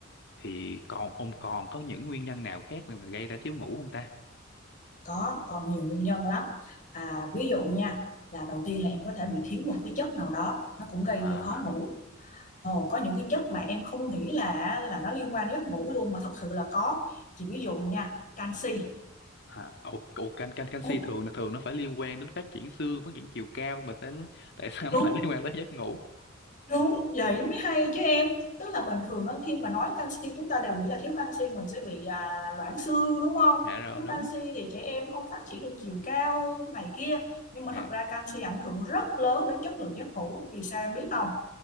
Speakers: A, on the left; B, on the left.
A: thì còn ông còn có những nguyên nhân nào khác nữa là gây ra thiếu ngủ không ta
B: có còn nhiều nguyên nhân lắm à, ví dụ nha là đầu tiên là em có thể bị thiếu một cái chất nào đó nó cũng gây
A: à
B: khó ngủ Ồ, có những cái chất mà em không nghĩ là là nó liên quan đến giấc ngủ luôn mà thật sự là có chỉ ví dụ nha canxi
A: à ủa, ủa can, can, canxi
B: Ồ,
A: thường là thường nó phải liên quan đến phát triển xương phát triển chiều cao mà tại tại sao
B: đúng
A: nó lại liên quan tới giấc ngủ
B: Đúng, vậy mới hay chứ em. Tức là bình thường á, khi mà nói canxi chúng ta đều nghĩ là thiếu canxi mình sẽ bị à, loãng xương đúng không?
A: dạ rồi
B: Thiếu
A: đúng
B: canxi thì trẻ em không phát triển được chiều cao này kia. Nhưng mà
A: Dạ.
B: thật ra canxi ảnh hưởng rất lớn đến chất lượng giấc ngủ. Vì sao em biết không?